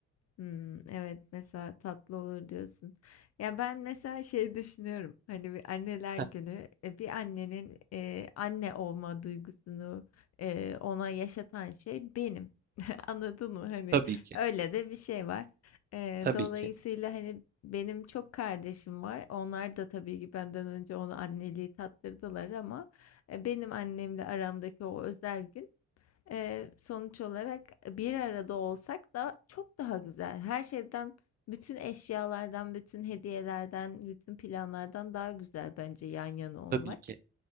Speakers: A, on the left; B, on the right.
A: Hmm, evet mesela tatlı olur diyorsun. Ya ben mesela şey düşünüyorum. Hani bir anneler günü
B: Heh,
A: e, bir annenin e, anne olma duygusunu e, ona yaşatan şey benim. <laughs> Anladın mı? Hani
B: tabii ki,
A: öyle de bir şey var. E,
B: tabii
A: dolayısıyla
B: ki,
A: hani benim çok kardeşim var. Onlar da tabii ki benden önce ona anneliği tattırdılar ama e, benim annemle aramdaki o özel gün Eee, sonuç olarak bir arada olsak da çok daha güzel. Her şeyden, bütün eşyalardan, bütün hediyelerden, bütün planlardan daha güzel bence yan yana
B: tabii
A: olmak.
B: ki,